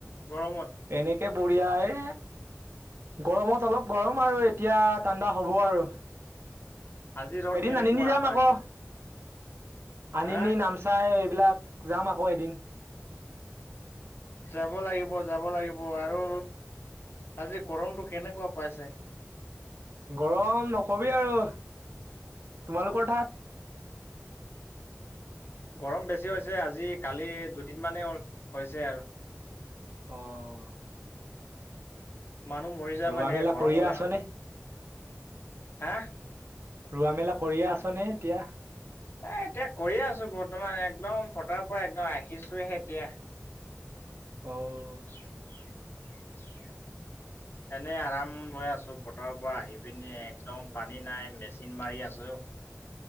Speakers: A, on the left; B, on the right.
A: গৰমত?
B: এনেকে বঢ়িয়া এ গৰমত অলপ গৰম আৰু এতিয়া ঠাণ্ডা হ'ব আৰু।
A: আজি ৰদ
B: এদিন
A: কেনেকুৱা
B: নানিনি যাম
A: পাইছ'?
B: আকৌ আনিনি,
A: হা
B: নামচাই এইবিলাক যাম আকৌ এদিন।
A: যাব লাগিব, যাব লাগিব আৰু আজি গৰমটো কেনেকুৱা পাইছে?
B: গৰম নকবি আৰু তোমালোকৰ ঠাত?
A: গৰম বেছি হৈছে আজি কালি দুদিন মানে হল হৈছে আৰু।
B: অ',
A: মানুহ মৰি যাব
B: ৰোৱা
A: এনেকে
B: মেলা
A: গৰম
B: কৰিয়ে
A: হলে
B: আছনে
A: মানে। হাঁ?
B: ৰুৱা মেলা কৰিয়ে আছনে এতিয়া?
A: এ এতিয়া কৰি আছো বৰ্তমান একদম ফটাৰ পৰা একদম আহিছোহে এতিয়া।
B: অ',
A: <inaudible>
B: <inaudible>
A: এনেই আৰাম লৈ আছোঁ পথাৰৰ পৰা আহি পিনি একদম পানী নাই মেচিন মাৰি আছোঁ।